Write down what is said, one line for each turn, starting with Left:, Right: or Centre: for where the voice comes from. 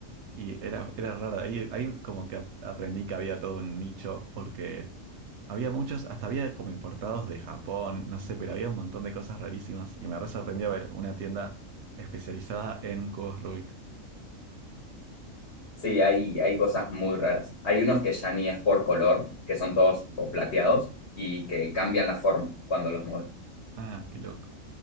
Right: Y era, era raro. Ahí, ahí como que ap- aprendí que había todo un nicho porque Había muchos, hasta había como importados de Japón, no sé, pero había un montón de cosas rarísimas y me re sorprendió ver una tienda especializada en cubos Rubik.
Left: Sí, hay, hay cosas muy raras. Hay unos que ya ni es por color, que son todos tipo, plateados y que cambian la forma cuando los mueves.
Right: Ah, qué loco.